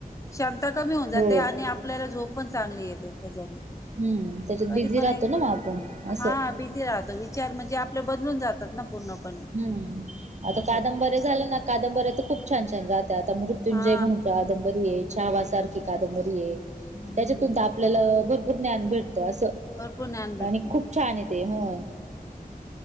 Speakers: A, on the left; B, on the right.
A: क्षमता कमी होऊन जाते
B: हो
A: आणि णि आपल्याला झोप पण चांगली येते त्यज्याने.
B: हम्म त्याच्यात
A: कधी
B: बिझी
A: पण
B: राहतो ना मग आपण असं
A: हा भिती राहते. विचार म्हणजे आपले बदलून जातात ना पूर्णपणे
B: हूं आता
A: असं
B: कादंबरी
A: पुस्तक.
B: झालं ना कादंबरी तर खूप छान छान रा आता मृत्युंजय
A: हा
B: म्हणून कादंबरी आहे, छावासारखी कादंबरी आहे.
A: हम्म
B: त्याच्यातून तर आपल्याला भरपूर ज्ञान भेटतं असं
A: भरपूर ज्ञान भेटत
B: आणि खूप छान आहे. ते हो